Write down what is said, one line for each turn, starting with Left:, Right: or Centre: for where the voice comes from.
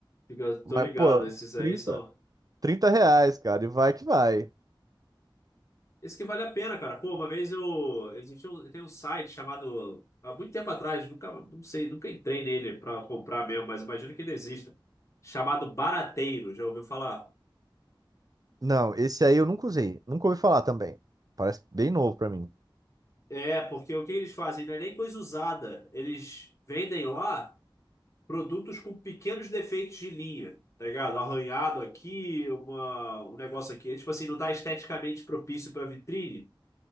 Left: Fica- Tô
Right: Mas,
Left: ligado,
Right: pô,
Left: esses aí
Right: 30
Left: são.
Right: 30 reais, cara, e vai que vai.
Left: Esse que vale a pena, cara. Pô, uma vez eu. Existiu, um- tem um site chamado. Há muito tempo atrás, nunca, não sei, nunca entrei nele pra comprar mesmo, mas imagino que ele exista. Chamado Barateiro, já ouviu falar?
Right: Não, esse aí eu nunca usei. Nunca ouvi falar também. Parece bem novo pra mim.
Left: É, porque o que eles fazem não é nem coisa usada. Eles vendem lá produtos com pequenos defeitos de linha, tá ligado? Arranhado aqui, uma, um negócio aqui. É, tipo assim, não tá esteticamente propício pra vitrine,